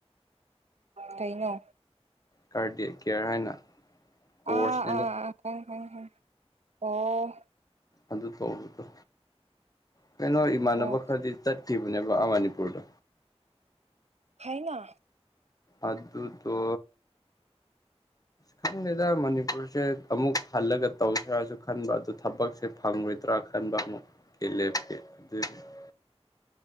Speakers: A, on the right (about 80°); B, on the left (about 35°).
A: ꯀꯩꯅꯣ
B: ꯀꯥꯔꯗꯤ ꯀꯌꯔ ꯍꯥꯏꯅ ꯀꯣꯔꯁꯅꯦꯗ
A: ꯑꯥ ꯑꯥ ꯑꯥ ꯈꯪꯏ ꯈꯪꯏ ꯈꯪꯏ ꯑꯣ
B: ꯑꯗꯨ ꯇꯧꯕꯗꯣ ꯀꯩꯅꯣ ꯏꯃꯥꯟꯅꯕ
A: ꯑꯣ
B: ꯈꯔꯗꯤ ꯆꯠꯈꯤꯕꯅꯦꯕꯥ ꯑꯥ ꯃꯅꯤꯄꯨꯔꯗ
A: ꯍꯥꯏꯅ
B: ꯑꯗꯨꯗꯣ ꯈꯪꯗꯦꯗ ꯃꯅꯤ ꯑꯃꯨꯛ ꯍꯜꯂꯒ ꯇꯧꯁꯤ꯭ꯔꯥꯁꯨ ꯈꯟꯕ ꯑꯗꯨꯗ ꯊꯕꯛꯁꯦ ꯐꯪꯔꯣꯏꯗ꯭ꯔꯥ ꯈꯟꯕ ꯑꯃꯨꯛ <unintelligible>